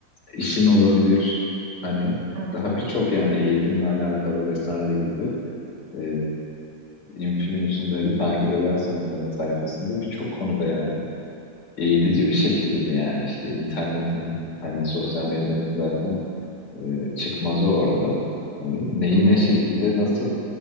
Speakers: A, on the left; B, on the right.
A: işin olabilir hani
B: Evet.
A: daha birçok yani eğitimle alakalı vesaire gibi e, influencerları takip edersen onların sayfasında birçok konuda yani eğitici bir şekilde de yani işte internetin hani sosyal medyanın zaten e, çıkmazı orada. Hani neyi
B: Hı hı.
A: ne şekilde nasıl